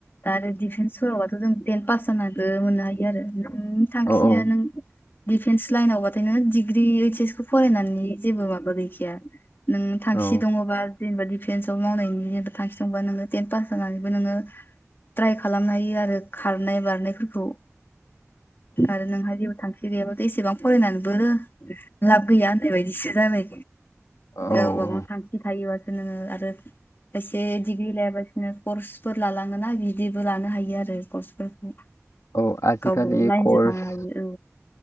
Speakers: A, on the left; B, on the left.
A: दा आरो दिफेन्सफोरबाथ' जों थेन पा फास जानाबो मोननो हायो आरो नोंनि थांखियो
B: औ औ
A: नों दिडिफेन्स लाइनावबाथाय नोङो डिग्रि ओइस एस खौ फरायनायनि जेबो माबा गैखाया नों थांखि
B: औ
A: दङ'बा जेनेबादि फेन्स आव मावनायनि जेबो थांखि दंबा नोङो टेन पास जानानैबो नोङो ट्राइ खालामनो हायो आरो खारनाय बारनायफोरखौ आरो नोंहा जेबो थांखि बे गैयाबाथाय एसेबां फरायनानैबो लाब गैया होननाय बायदिसो जाबाय
B: औ
A: गावबा
B: औ
A: गाव थांखि थायोबासो नोङो आरो खायसे डिग्रि लायाबा बिनो कर्सफोर लालाङोना बिदिबो लानो हायो आरो कर्सफोरखौ।
B: औ आजिखालि
A: गावबा गाव लाइनजों
B: कर्स
A: थांनो हायो